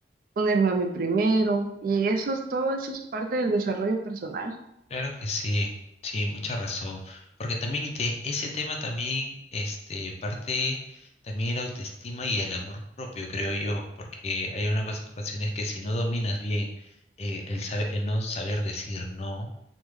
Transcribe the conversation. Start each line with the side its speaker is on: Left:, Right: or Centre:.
Right: ponerme a mí primero y eso es todo, eso es parte del desarrollo personal,
Left: Claro que sí, sí, mucha razón. Porque también de ese tema también, este, parte también la autoestima y el amor propio, creo yo, porque hay unas ocas- ocasiones que si no dominas bien eh, el, sabe- el no saber decir no,